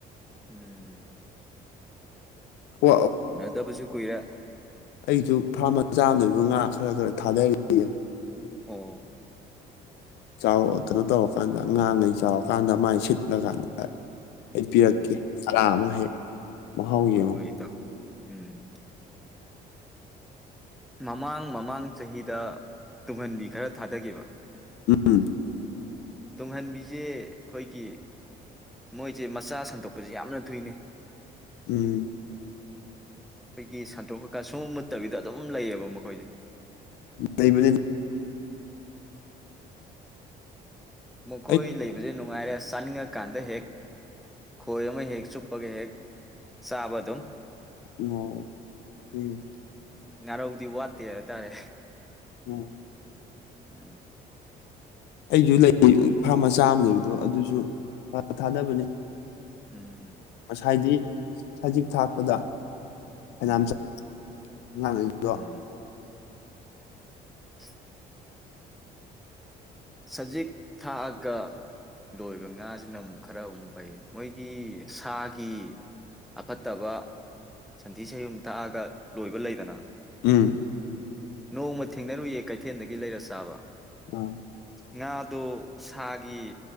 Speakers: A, in the centre; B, on the left.
A: ꯎꯝ
B: ꯑꯣ
A: ꯎꯅꯗꯕꯁꯨ ꯀꯨꯏꯔꯦ
B: ꯑꯩꯁꯨ ꯐꯥꯔꯝ ꯝꯆꯥ ꯑꯃꯥ ꯂꯩꯕꯗꯣ ꯉꯥ ꯈꯔ ꯈꯔ ꯊꯥꯗꯔꯤꯌꯦ
A: ꯑꯣ
B: ꯆꯥꯎꯔ ꯀꯩꯅꯣ ꯇꯧꯔꯀꯥꯟꯗ ꯉꯥꯡꯉꯩ ꯆꯥꯎꯔꯀꯥꯟꯗ ꯃꯥꯏ ꯁꯤꯠꯂꯀꯥꯟꯗ ꯑꯩꯄꯤꯔꯛꯀꯦ
A: ꯎꯝ
B: ꯆꯔꯥ ꯑꯃꯥ ꯍꯥꯏ ꯃꯍꯥꯎ
A: ꯍꯣꯏ
B: ꯌꯦꯉꯣ
A: ꯏꯇꯥꯎ ꯎꯝ ꯃꯃꯥꯡ ꯃꯃꯥꯡ ꯆꯍꯤꯗ ꯇꯨꯡꯍꯟꯕꯤ ꯈꯔ ꯊꯥꯗꯒꯤꯕ
B: ꯎꯝ
A: ꯇꯨꯡꯍꯟꯕꯤꯁꯦ ꯑꯩꯈꯣꯏꯒꯤ ꯃꯣꯏꯁꯦ ꯃꯆꯥ ꯁꯟꯗꯣꯛꯄꯁꯦ ꯌꯥꯝꯅ ꯊꯨꯏꯅꯦ
B: ꯎꯝ
A: ꯑꯩꯈꯣꯏꯒꯤ ꯁꯟꯇꯣꯛꯈꯔ꯭ꯒ ꯁꯨꯡꯃꯨꯠ ꯃꯨꯠꯇꯕꯤꯗ ꯑꯗꯨꯝ ꯑꯗꯨꯝ ꯂꯩꯌꯦꯕ ꯃꯈꯣꯏꯁꯦ
B: ꯂꯩꯕꯅꯦ ꯑꯗꯨꯝ
A: ꯃꯈꯣꯏ
B: ꯑꯩ.
A: ꯂꯩꯕꯁꯦ ꯅꯨꯡ ꯅꯨꯡꯉꯥꯏꯔꯦ ꯆꯥꯅꯤꯡꯉꯀꯥꯟꯗ ꯍꯦꯛ ꯈꯣꯏ ꯑꯃ ꯍꯦꯛ ꯆꯨꯞꯄꯒ ꯍꯦꯛ ꯆꯥꯕ ꯑꯗꯨꯝ
B: ꯑꯣ ꯎꯝ
A: ꯉꯥꯔꯧꯗꯤ ꯋꯥꯠꯇꯦ ꯍꯥꯏꯇꯥꯔꯦ
B: ꯎꯝ
A: ꯎꯝ
B: ꯑꯩꯁꯨ ꯂꯩ ꯐꯥꯔꯝ ꯃꯆꯥ ꯑꯃ ꯂꯩꯕꯗꯣ ꯑꯗꯨꯁꯨ ꯉꯥ ꯊꯥꯗꯕꯅꯤ
A: ꯎꯝ
B: ꯍꯥꯏꯗꯤ ꯁꯖꯤꯛ ꯊꯥꯛꯄꯗ ꯐꯅꯥꯌꯥꯝ
A: ꯎꯝ
B: ꯆꯥꯎ ꯑꯉꯥꯡ ꯒꯩꯗꯣ
A: ꯎꯝ <unintelligible> ꯁꯖꯤꯛ ꯊꯥꯛꯑꯒ ꯂꯣꯏꯕ ꯉꯥꯁꯤꯅ ꯑꯃꯨꯛ ꯈꯔ ꯑꯃꯨꯛ ꯐꯩꯌꯦ ꯃꯣꯏꯒꯤ ꯁꯥꯒꯤ ꯑꯐꯠꯇꯕ ꯁꯟꯊꯤ ꯁꯩꯌꯨꯝ ꯊꯥꯛꯑꯒ ꯂꯣꯏꯕ ꯂꯩꯗꯅ
B: ꯎꯝ
A: ꯅꯣꯡꯃ ꯊꯦꯡꯅꯔꯨꯏꯌꯦ ꯀꯩꯊꯦꯜꯗꯒꯤ ꯂꯩꯔ ꯆꯥꯕ
B: ꯑꯝ
A: ꯉꯥꯗꯣ ꯁꯥꯒꯤ